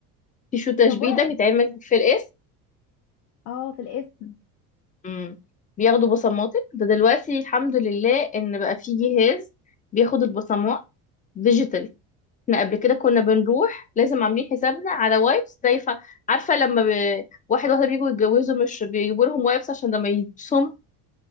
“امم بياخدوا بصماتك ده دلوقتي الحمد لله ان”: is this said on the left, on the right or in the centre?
Left